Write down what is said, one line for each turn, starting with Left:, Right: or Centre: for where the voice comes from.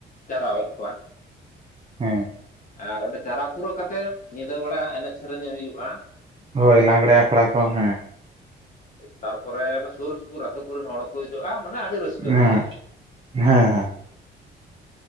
Left: ᱡᱟᱨᱣᱮᱫ ᱠᱚᱣᱟ ᱾
Right: ᱦᱮᱸ
Left: ᱟᱨ ᱚᱸᱰᱮ ᱡᱟᱨᱟ ᱯᱩᱨᱟᱹᱣ ᱠᱟᱛᱮ ᱧᱤᱫᱟᱹ ᱵᱮᱲᱟ ᱮᱱᱮᱡ ᱥᱮᱨᱮᱧ ᱦᱩᱭᱩᱜᱼᱟ ᱾
Right: ᱦᱳᱭ ᱞᱟᱜᱽᱲᱮ ᱟᱠᱷᱟᱲᱟ ᱠᱚ ᱦᱮᱸ ᱾
Left: ᱛᱟᱨᱯᱚᱨᱮ ᱥᱩᱨ ᱥᱩᱯᱩᱨ ᱟᱹᱛᱳ ᱠᱚᱨᱮᱱ ᱦᱚᱲ ᱦᱚᱸᱠᱚ ᱦᱤᱡᱩᱜᱼᱟ ᱢᱟᱱᱮ ᱟᱹᱰᱤ ᱨᱟᱹᱥᱠᱟᱹ
Right: ᱦᱮᱸ
Left: ᱵᱩᱡᱷᱟᱜᱼᱟ ᱾
Right: ᱦᱮᱸ ᱦᱮᱸ